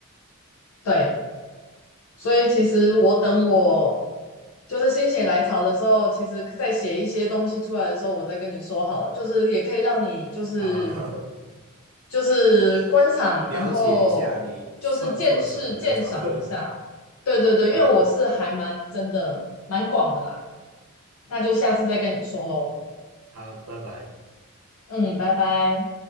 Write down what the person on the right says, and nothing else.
啊，<laughs>
了解一下你创作者的那种。
<laughs>
好，
好，拜拜。